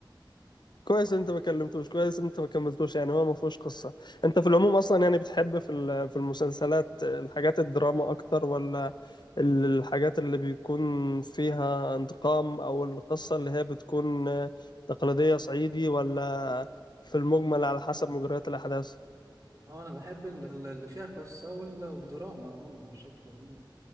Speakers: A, on the left (about 60°); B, on the right (about 45°).
A: كويس إن أنت ما كلمتوش كويس إن أنت ما كملتوش يعني هو ما فيهوش قصة أنت في العموم أصلا يعني بتحب في ال- في المسلسلات الحاجات الدراما أكتر ولا ال- الحاجات اللي بيكون فيها انتقام أو القصة اللي هي بتكون تقليدية صعيدي ولا في المجمل على حسب مجريات الأحداث
B: اه انا بحب ال- ال- اللي فيها قصة وال- والدراما عموما بشكل عموم